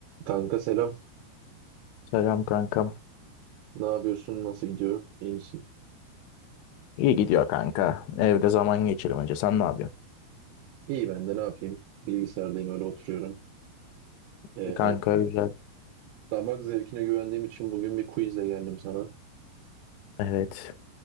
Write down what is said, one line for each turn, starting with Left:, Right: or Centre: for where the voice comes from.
Right: Kanka selam.
Left: Selam kankam.
Right: Ne yapıyorsun? Nasıl gidiyor? İyi misin?
Left: İyi gidiyor kanka. Evde zaman geçirmece. Sen ne yapıyorsun?
Right: İyi ben de ne yapayım? Bilgisayardayım öyle oturuyorum. Ee,
Left: İyi kanka güzel.
Right: damak zevkine güvendiğim için bugün bir quizle geldim sana.
Left: Evet.